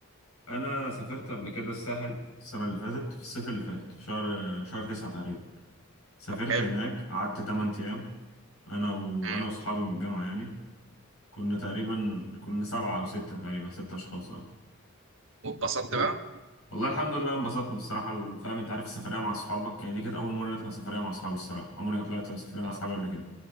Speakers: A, on the left (about 85°); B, on the right (about 60°).
A: انا سافرت قبل كده الساحل السنة اللي فاتت في الصيف اللي فات في شهر شهر تسعة تقريبا سافرت
B: طب حلو
A: هناك قعدت 8 أيام أنا وأنا
B: مم.
A: وأصحابي من الجامعة يعني كنا تقريبا كنا سبعة أو ستة تقريبا ستة أشخاص اه
B: واتبسطت بقى
A: والله الحمد لله انبسطنا الصراحة فاهم أنت عارف السفرية مع أصحابك يعني دي كانت أول مرة نطلع سفرية مع أصحابي الصراحة عمري ما طلعت سفرية مع
B: اه
A: أصحابي قبل كده